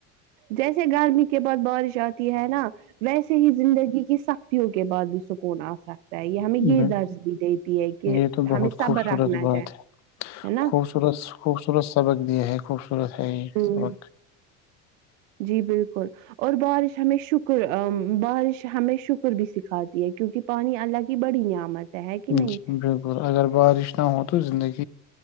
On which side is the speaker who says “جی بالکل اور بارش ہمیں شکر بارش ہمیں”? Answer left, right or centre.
Right